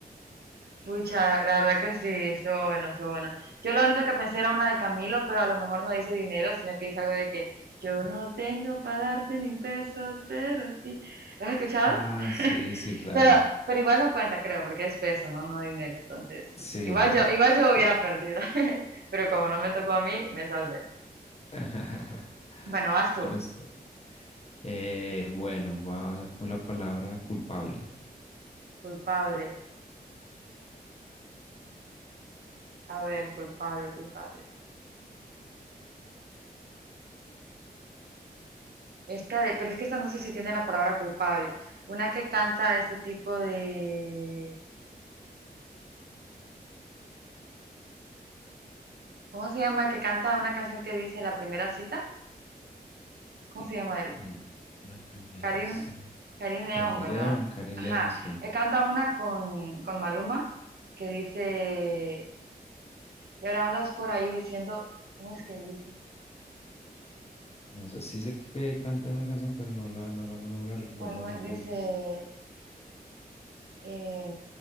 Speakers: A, on the right (about 75°); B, on the left (about 40°).
A: Pucha, la verdad que sí, estuvo bueno, estuvo bueno. Yo la única que pensé era una de Camilo, pero a lo mejor no dice dinero, sino que dice algo de que yo no tengo para darte ni un peso, pero sí. ¿Lo has escuchado?
B: Ah,
A: <laughs>
B: sí, sí, claro.
A: Pero, pero igual no cuenta, creo, porque es peso, ¿no? No dinero, entonces.
B: Sí.
A: Igual yo, igual yo hubiera perdido, <laughs> pero como no me tocó a mí, me salvé.
B: <laughs>
A: Bueno, vas tú.
B: Bueno, sí. Eh, bueno, va con la palabra culpable.
A: Culpable. A ver, culpable, culpable. Esta de, pero es que esta no sé si tiene la palabra culpable. Una que canta este tipo de... ¿Cómo se llama el que canta una canción que dice la primera cita? ¿Cómo se llama él?
B: Y La primera,
A: Karim,
B: sí.
A: Karim
B: Karin
A: León, ¿verdad?
B: León, Karin
A: Ajá,
B: León, sí.
A: él canta una con, con Maluma que dice, y ahora andas por ahí diciendo, ¿cómo es que dice?
B: No sé, sí sé que, que canta una canción, pero no la, no la, no la recuerdo
A: Maluma
B: ahorita.
A: dice, eh,